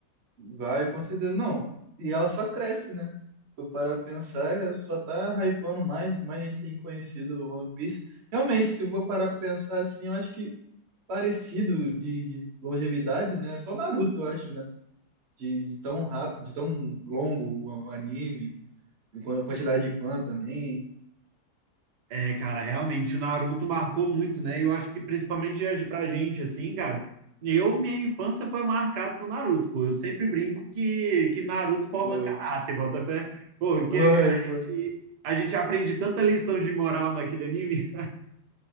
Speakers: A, on the right; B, on the right.
A: Vai, com certeza. Não, e ela só cresce, né? Eu parar pra pensar, é, só tá hypando mais, mais gente tem conhecido o One Piece. Realmente, se eu vou parar pra pensar assim, eu acho que parecido de, de longevidade, né? Só o Naruto, eu acho, né? De, de tão rápido, de tão longo o anime, com a quantidade de fã também.
B: É, cara, realmente, o Naruto marcou muito, né? E eu acho que principalmente pra gente, assim, cara, eu, minha infância foi marcada por Naruto, pô. Eu sempre brinco que, que Naruto forma
A: Foi,
B: caráter, bota fé. Pô, porque
A: foi,
B: cara, a gente,
A: foi.
B: a gente aprende tanta lição de moral naquele anime.